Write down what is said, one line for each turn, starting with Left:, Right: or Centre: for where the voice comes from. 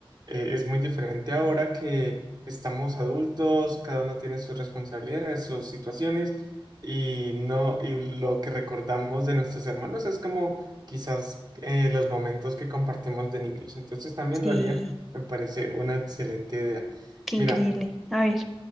Right: eh, es muy diferente ahora que estamos adultos, cada uno tiene sus responsabilidades, sus situaciones, y no, y lo que recordamos de nuestros hermanos es como quizás eh, los momentos que compartimos de niños. Entonces también
Centre: Sí,
Right: lo haría, me parece una excelente idea.
Centre: qué
Right: Mira.
Centre: increíble. A ver.